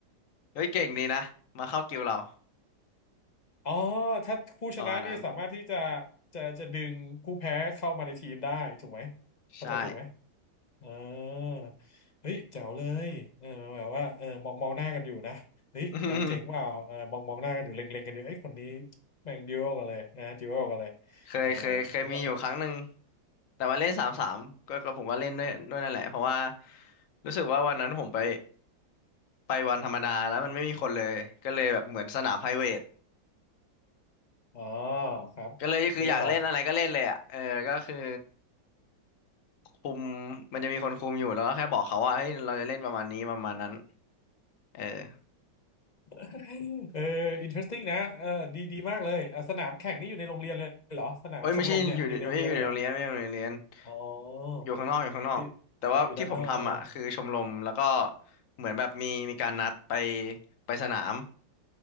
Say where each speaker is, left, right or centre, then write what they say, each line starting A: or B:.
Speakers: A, on the left; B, on the left.
A: เฮ้ยเก่งดีนะมาเข้ากิวเรา
B: อ๋อถ้าผู้ชนะนี่สามารถที่จะ
A: ประมาณนั้น
B: จะจะดึงผู้แพ้เข้ามาในทีมได้ถูกไหมเข้าใจถูกไหม
A: ใช่
B: เออเฮ้ยแจ๋วเลยเออแบบว่าเออมองมองหน้ากันอยู่นะเฮ้ยนายเจ๋งเปล่าเออมองมองหน้ากันอยู่เล็งเล็งกันอยู่เอ้ยคนนี้
A: <laughs> อืม
B: แม่งดิวกันเลยนะดิวกันเลย
A: เคยเคยเคยมีอยู่ครั้งหนึ่ง
B: เออแล้วก็
A: แต่มาเล่นสามสามก็ก็ผมก็เล่นด้วยด้วยนั่นแหละเพราะว่ารู้สึกว่าวันนั้นผมไปไปวันธรรมดาแล้วมันไม่มีคนเลยก็เลยแบบเหมือนสนามไพรเวท
B: อ๋อครับเป็นไงต่อ
A: ก็เลยคืออยากเล่นอะไรก็เล่นเลยอ่ะเออก็คือคุมมันจะมีคนคุมอยู่แล้วก็แค่บอกเขาว่าเฮ้ยเราจะเล่นประมาณนี้ประมาณนั้นเออ
B: <laughs> เออ interesting นะเออดีดีมากเลยอะสนามแข่งนี่อยู่ในโรงเรียนเลยเหรอสนามชมรมเนี่ยมันอยู่ในโรงเรียนเลยเหรอ
A: เอ้ยไม่ใช่อยู่ในไม่ใช่อยู่ในโรงเรียนไม่ใช่อยู่ในโรงเรียน
B: อ๋อ
A: อยู่ข้างนอกอยู่ข้างนอกแต่ว่าที่ผมทำอ่ะคือชมรมแล้วก็
B: คืออยู่ด้านนอกอ
A: เหมือนแบบมีมีการนัดไปไปสนาม